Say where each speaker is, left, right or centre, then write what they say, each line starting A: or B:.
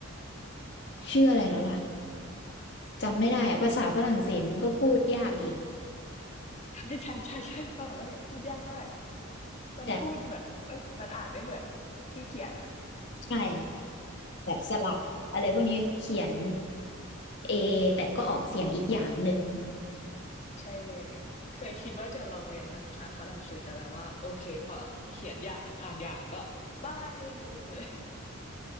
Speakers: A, on the left (about 55°); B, on the left (about 35°).
A: ชื่ออะไรแล้วล่ะจำไม่ได้อะภาษาฝรั่งเศสมันก็พูดยากอีก
B: ใช่ใช่ใช่ใช่ฝ่าไม่เนี่ยพูดยากมาก
A: <laughs>
B: มันพูดเหมือนเอ้ยมันอ่านไม่เหมือนที่เขียนอ่ะ
A: แต่ใช่แบบสระอะไรพวกนี้เขียนเอแต่ก็ออกเสียงอีกอย่างหนึ่ง
B: ใช่เลยเคยคิดว่าจะลองเรียนภาษาฝรั่งเศสแต่แบบว่าโอเคพอเขียนอย่างอ่านอย่างก็บายเลิกเลย